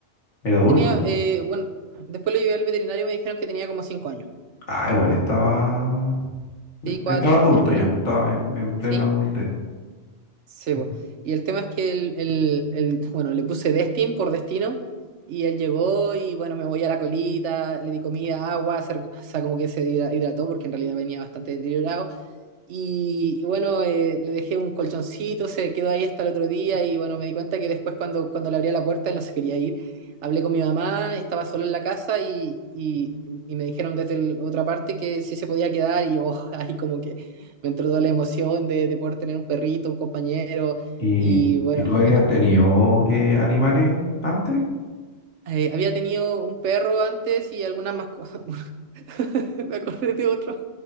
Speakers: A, on the left; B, on the right.
A: Era adulto.
B: tenía, eh, bueno, después lo llevé al veterinario y me dijeron que tenía como cinco años,
A: Ah, igual estaba,
B: sí, cuatro
A: estaba
B: o cinco
A: adulto
B: años por
A: ya,
B: ahí,
A: pues, estaba en, en plena
B: sí.
A: adultez.
B: Sí,
A: sí.
B: po. Y el tema es que el, el- el- <laughs> bueno, le puse Destin por destino y él llegó y bueno, me voy a la colita, le di comida, agua, se, recu- o sea, como que se hidra- hidrató porque en realidad venía bastante deteriorado. Y, y bueno, eh, le dejé un colchoncito, se quedó ahí hasta el otro día y bueno, me di cuenta que después cuando, cuando le abría la puerta él no se quería ir. Hablé con mi mamá, estaba solo en la casa y, y, y me dijeron desde el- otra parte que sí se podía quedar y yo <laughs> ahí como que me entró toda la emoción de, de poder tener un perrito, un compañero
A: ¿Y,
B: y bueno,
A: y tú habías
B: ajá.
A: tenido eh, animales antes?
B: Eh, había tenido un perro antes y algunas más cosas. <laughs> Me acordé de otro.